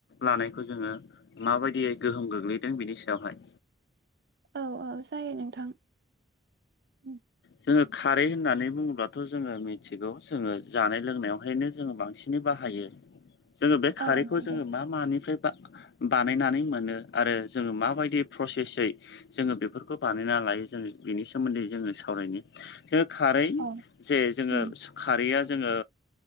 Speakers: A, on the left; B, on the right.
A: लानायखौ जोङो माबायदियै गोहोम गोग्लैदों बिनि सायावहाय
B: औ औ जायो नोंथां उम
A: जोङो खारै होननानै बुङोब्लाथ' जोङो मिथिगौ जोङो जानाय लोंनायावहायनो जोङो बांसिनै बाहायो जोङो बे खारैखौ
B: औ नंगौ
A: जोङो मा मानिफ्राय बा बानायनानै मोनो आरो जोङो माबायदि प्रसेसयै जायो जोङो बेफोरखौ बानायना लायो जोङो बेनि सोमोन्दै जोङो सा सावरायनि जोङो खारै
B: औ
A: जे जोङो
B: उम
A: खारैया जोङो